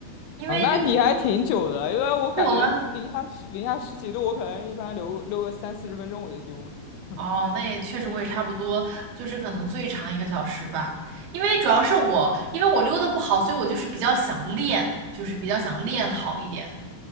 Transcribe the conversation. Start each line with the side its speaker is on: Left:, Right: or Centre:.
Right: 因为遛
Left: 啊，那你还挺久的了因为我感觉零下十零下十几度，
Right: 遛了。
Left: 我可能一般溜溜个三四十分钟我就溜了。<laughs>
Right: 哦，那也确实，我也差不多，就是可能最长一个小时吧。因为主要是我，因为我溜的不好，所以我就是比较想练，就是比较想练好一点。